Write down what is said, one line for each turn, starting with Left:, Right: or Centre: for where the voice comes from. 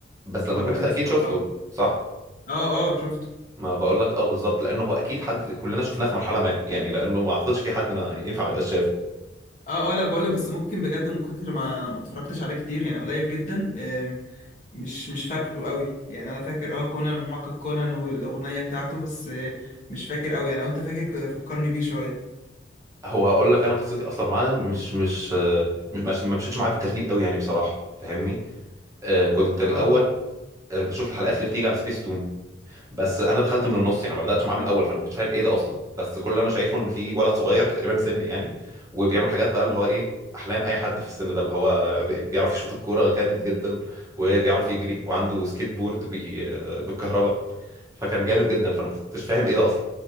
Right: بس
Left: وده
Right: لما كبرت
Left: ممكن
Right: اكيد
Left: تستغربه
Right: شفته صح
Left: اه اه شفته
Right: ما بقول لك اه بالظبط لانه هو اكيد حد كلنا شفناه في مرحله ما يعني لانه ما اعتقدش في حد ما ينفع ما يبقاش شافه
Left: اه اه لا بقول لك بس ممكن بجد من كتر ما انا ما اتفرجتش عليه كتير يعني قليل جدا آم، مش مش فاكره قوي يعني انا فاكر اه كونان المحقق كونان والاغنيه بتاعته بس آه، مش فاكر قوي يعني لو انت فاكر ك- فكرني بيه شويه
Right: هو هقول لك انا قصتي اصلا معاه مش مش آه، مش مش- ما مشيتش معاه بالترتيب قوي يعني بصراحه فاهمني آه كنت
Left: اه
Right: الاول آه بشوف الحلقات اللي بتيجي على سبيس تون بس انا دخلت من النص يعني ما بداتش معاه من الاول فانا ما كنتش فاهم ايه ده اصلا بس كل اللي انا شايفه ان في ولد صغير تقريبا سني يعني وبيعمل حاجات بقى اللي هو ايه احلام اي حد في السن ده اللي هو بي- بيعرف يشوط الكوره جامد جدا وبيعرف يجري وعنده سكيت بورد بي... بالكهرباء فكان جامد جدا فانا ما كنتش فاهم ايه ده اصلا